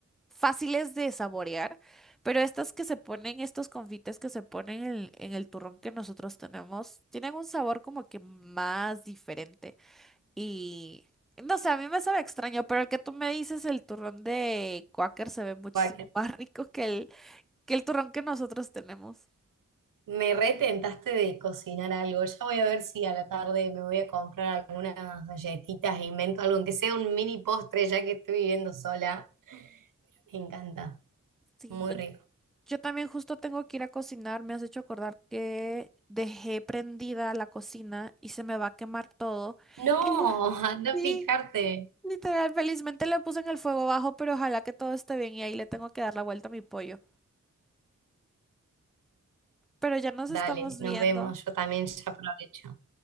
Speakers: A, in the centre; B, on the right.
A: fáciles de saborear, pero estas que se ponen, estos confites que se ponen en, en el turrón que nosotros tenemos, tienen un sabor como que más diferente. Y no sé, a mí me sabe extraño, pero el que tú me dices, el turrón de Quaker se ve muchísimo
B: Guau,
A: <laughs> más rico que el, que el turrón que nosotros tenemos.
B: Me retentaste de cocinar algo. Ya voy a ver si a la tarde me voy a comprar algunas galletitas e invento algo, aunque sea un mini postre, ya que estoy viviendo sola. Me encanta,
A: Sí,
B: muy
A: no,
B: rico.
A: yo también justo tengo que ir a cocinar, me has hecho acordar que dejé prendida la cocina y se me va a quemar todo.
B: No, <laughs>
A: <laughs>
B: anda
A: Sí,
B: a fijarte.
A: Literal, felizmente le puse en el fuego bajo, pero ojalá que todo esté bien y ahí le tengo que dar la vuelta a mi pollo. Pero ya nos
B: Dale,
A: estamos viendo.
B: nos vemos. Yo también ya aprovecho.